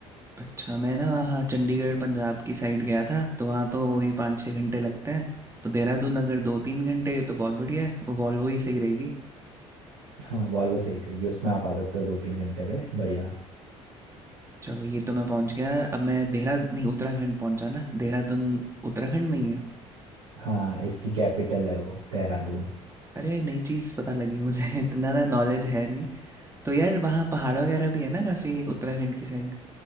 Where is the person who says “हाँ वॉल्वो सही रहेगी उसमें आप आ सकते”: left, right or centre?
Right